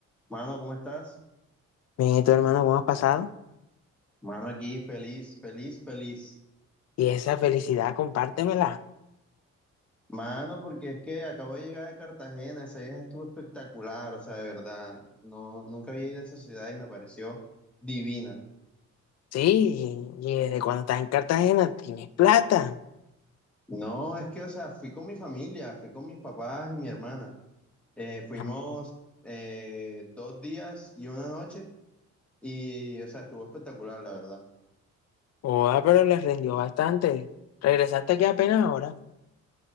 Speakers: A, in the centre; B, on the left.
A: Mano, ¿cómo estás?
B: Mijito hermano, ¿cómo has pasado?
A: Mano, aquí feliz, feliz, feliz.
B: Y esa felicidad, compártemela.
A: Mano, porque es que acabo de llegar de Cartagena, ese viaje estuvo espectacular, o sea, de verdad, no, nunca había ido a esa ciudad y me pareció divina.
B: Sí, y, y desde cuando estás en Cartagena tienes plata.
A: No, es que, o sea, fui con mi familia, fui con mis papás y mi hermana. Eh, fuimos
B: Ah,
A: eh, dos días y una noche y, o sea, estuvo espectacular, la verdad.
B: Oa, pero les rindió bastante. Regresaste aquí apenas ahora.